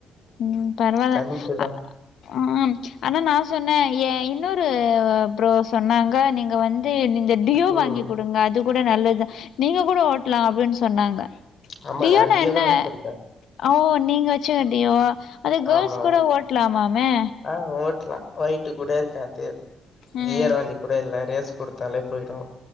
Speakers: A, on the left (about 70°); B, on the left (about 40°).
A: ம் பரவால்ல
B: கணிப்புதா
A: ஆ ஆ ஆனா நா சொன்னே என் இன்னொரு ப்ரோ சொன்னாங்க நீங்க வந்து இந்த டியோ
B: ம்
A: வாங்கி குடுங்க அது கூட நல்லது தா நீங்க கூட ஓட்டலா அப்புடின்னு சொன்னாங்க
B: ஆமா
A: டியோனா
B: நா டியோதா
A: என்ன
B: வச்சிருக்கே
A: ஓ நீங்க வச்சுங்க டியோ வா அது கேள்ஸ்
B: ஆமா ஆமா
A: கூட ஓட்லாமாமே
B: ஆ ஓட்டலா வேயிட்டு கூட இருக்காது
A: ம்
B: கியர்வண்டி கூட இல்ல ரேஸ் குடுத்தாலே போயிடு